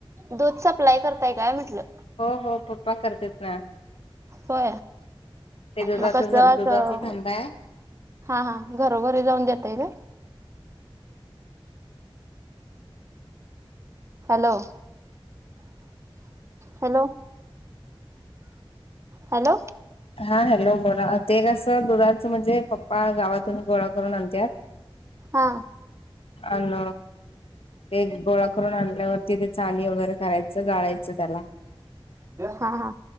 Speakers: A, on the right; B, on the left.
A: दूध सप्लाय करताय काय म्हटलं.
B: हो हो पप्पा करतेेत ना,
A: हो
B: ते दुधाचा
A: मग स
B: दुधाचा
A: असं
B: धंदा आहे.
A: हा हा घरोघरी जाऊन देताई का? हॅलो! हॅलो! हॅलो!
B: हा हॅलो बोला ते कसं दुधाचं म्हणजे पप्पा गावातून गोळा करून आणतात.
A: हा
B: अन एक गोळा करून आणल्यावरती चाळणी वगैरे करायचं गाळायचं त्याला,
A: हा हा